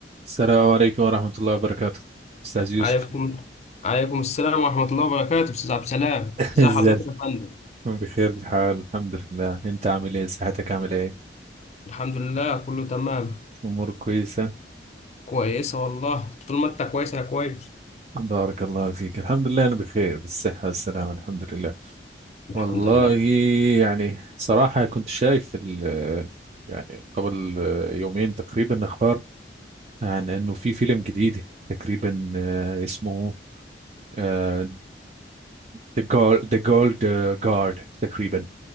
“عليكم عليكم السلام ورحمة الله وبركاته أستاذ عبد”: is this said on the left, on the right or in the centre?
Left